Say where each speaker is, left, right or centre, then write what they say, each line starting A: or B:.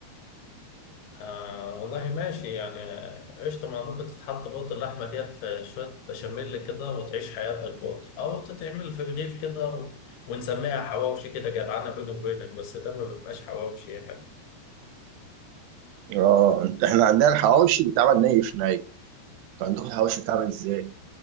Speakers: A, on the left; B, on the right.
A: آه والله ماشي يعني آه، قشطة ما ممكن تتحط بوط اللحمة ديت في شوية بشاميل كده وتعيش حياتك بوط أو تتعمل في رغيف كده و... ونسميها حواوشي كده جدعانة بيني وبينك بس ده ما بيبقاش حواوشي يعني
B: اه انت احنا عندنا الحواوشي بيتعمل ني في ني انتوا عندكم الحواوشي بيتعمل ازاي؟